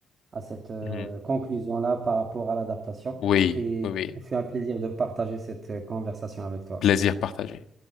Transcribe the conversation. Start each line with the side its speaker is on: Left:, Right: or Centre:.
Right: à cette euh,
Left: Mhm.
Right: conclusion-là par rapport à l'adaptation.
Left: Oui,
Right: Et
Left: oui, oui.
Right: ce fait un plaisir de partager cette euh, conversation avec toi.
Left: Plaisir partagé.